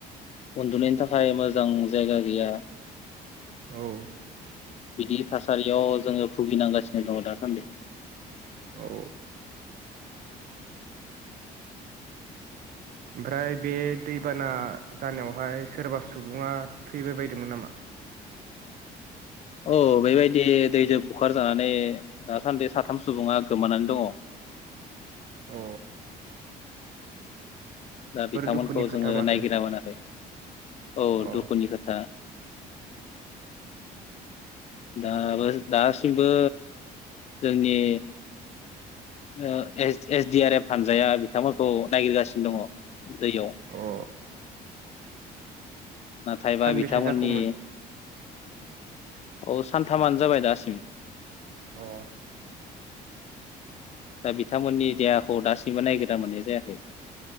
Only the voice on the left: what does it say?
उनदुनायनि थाखाय मोजां जायगा गैया।
बिदि थासारियाव जोङो भुगिनांगासिनो दङ दासानदि
औ बैबायदि दैदो बुखारजानानै दासानदि साथाम सुबुङा गोमानानै दङ
दा बिथांमोनखौ
जोङो
नायगिरना मोनाखै औ
दुखुनि खोथा दाबो दासिमबो जोंनि ओ S S D R F हानजाया बिथांमोनखौ नायगिरगासिनो दङ दैयाव
नाथायबा
बिथांमोननि
औ सानथामानो जाबाय दासिम
दा बिथांमोननि देहाखौ दासिमबो नायगिरना मोननाय जायाखै